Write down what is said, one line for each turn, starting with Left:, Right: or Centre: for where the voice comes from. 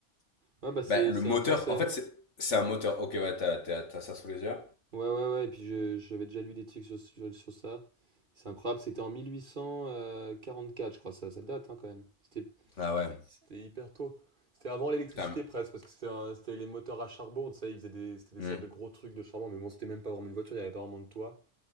Right: Ouais, bah, c'est,
Left: bah, le
Right: c'est
Left: moteur,
Right: un Français.
Left: en fait, c'est, c'est un moteur. Ok, ouais, t'as, t'as, t'as ça sous les yeux?
Right: Ouais, ouais, ouais. Et puis, je- j'avais déjà lu des trucs sur, sur, sur ça. C'est incroyable. C'était en 1844, je crois. Ça, ça date, hein, quand même. C'était,
Left: Ah ouais.
Right: c'était hyper tôt. C'était avant l'électricité,
Left: Putain.
Right: presque, parce que c'était, un- c'était les moteurs à charbon, tu sais. Ils faisaient des, c'était des
Left: Hmm.
Right: sortes de gros trucs de charbon. Mais bon, c'était même pas vraiment une voiture, il n'y avait pas vraiment de toit.